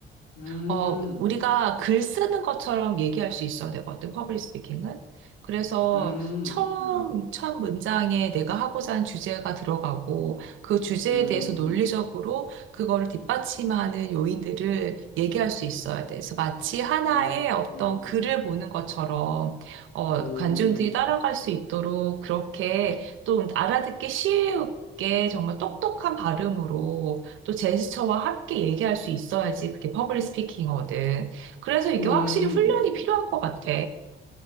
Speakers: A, on the left; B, on the right.
A: 음.
B: 어, 우리가 글 쓰는 것처럼 얘기할 수 있어야 되거든, 퍼블릭 스피킹은. 그래서
A: 음,
B: 음, 처음, 첫 문장에 내가 하고자 하는 주제가 들어가고, 그 주제에
A: 음,
B: 대해서 논리적으로 그거를 뒷받침하는 요인들을 얘기할 수 있어야 돼. 그래서 마치 하나의
A: 음,
B: 어떤
A: 음,
B: 글을 보는 것처럼, 어,
A: 음,
B: 관중들이 따라갈 수 있도록 그렇게 또 알아듣기 쉬우게 정말 똑똑한 발음으로 또 제스처와 함께 얘기할 수 있어야지 그게 퍼블릭 스피킹이거든. 그래서 이게
A: 음,
B: 확실히 훈련이 필요한 것 같아.